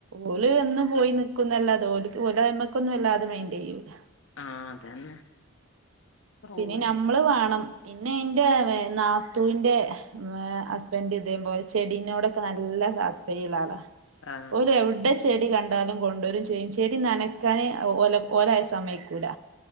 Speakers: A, on the right (about 75°); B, on the left (about 65°).
A: ഓല വന്ന് പോയി നി ക്കുംന്ന അല്ലാതെ അയ്മക്കൊന്നും വല്ലാതെ മെയിന്റെയ്യൂല
B: ആഹ അതന്നെ റൂമിലുണ്ട
A: പിന്നെ നഞമ്മള് വേണം പിന്നെ എന്റെ നാത്തുവിന്റെ ഹസ്ബൻഡ് ഇതേപോലെ ചെടിനോട് ടൊക്കെ നല്ല താത്പര്യങ്ങളാണ്
B: ആ
A: ഓ എവിടെ ചെടി കണ്ടാലും കൊണ്ടുവരും ചെയ്യും ചെടി നനക്കാനെ ഓലായ സമയക്കൂല